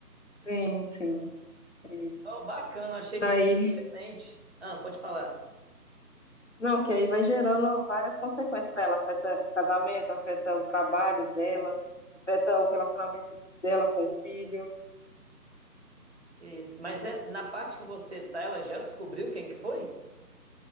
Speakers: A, on the left; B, on the right.
A: Sim, sim. É.
B: Oh, bacana, achei
A: Aí,
B: diferente. Ah, pode falar.
A: não, que aí vai gerando várias consequências para ela. Afeta o casamento, afeta o trabalho dela, afeta o relacionamento dela com o filho.
B: Que isso? Mas é na parte que você tá, ela já descobriu quem que foi?